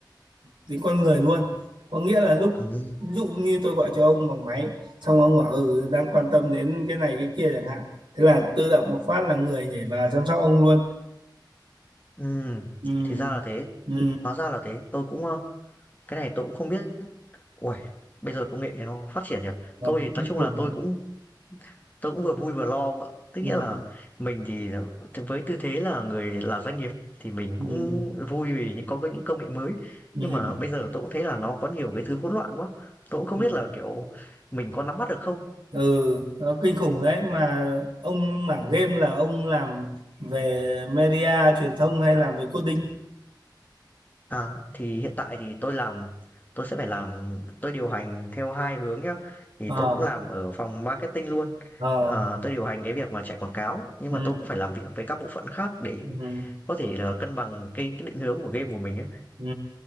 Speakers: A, on the right; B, on the left.
A: đến con người luôn có nghĩa là lúc
B: ừ,
A: ví dụ như tôi gọi cho ông bằng máy xong ông bảo ừ đang quan tâm đến cái này cái kia chẳng hạn thế là tự động một phát là người nhảy vào chăm sóc ông luôn
B: ừ,
A: ừ
B: thì ra là thế.
A: ừ
B: Hóa ra là thế. Tôi cũng ờ, cái này tôi cũng không biết ui bây giờ công nghệ nó phát triển nhỉ
A: nó
B: tôi thì nói
A: cũng
B: chung
A: khủng
B: là tôi cũng tôi cũng vừa vui vừa lo ông ạ tức
A: ừ.
B: nghĩa là mình thì với tư thế là người là doanh nghiệp thì mình
A: ừ,
B: cũng vui vì những có những công nghệ mới
A: ừ,
B: nhưng mà bây giờ tôi cũng thấy là nó có nhiều cái thứ hỗn loạn quá tôi
A: ừ,
B: cũng không biết là kiểu mình có nắm bắt được không
A: ừ, nó kinh khủng đấy mà ông mảng game là ông làm về media truyền thông hay làm về coding
B: À, thì hiện tại thì tôi làm tôi sẽ phải làm tôi điều hành theo hai hướng nhá. Thì
A: ờ
B: tôi cũng làm ở phòng marketing luôn.
A: ờ
B: Ờ, tôi điều hành cái việc mà chạy quảng cáo, nhưng
A: ừ,
B: mà tôi cũng phải làm việc với các bộ phận khác để
A: ừ,
B: có thể là cân bằng cái cái định hướng của game của mình ấy.
A: ừ.